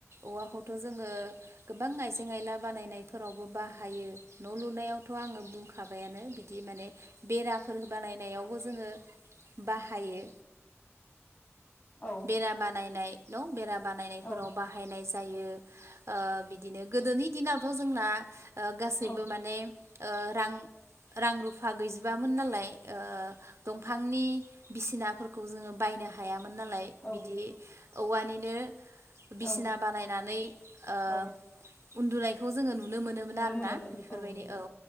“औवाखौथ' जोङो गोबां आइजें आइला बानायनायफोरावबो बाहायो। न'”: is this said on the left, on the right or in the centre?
Right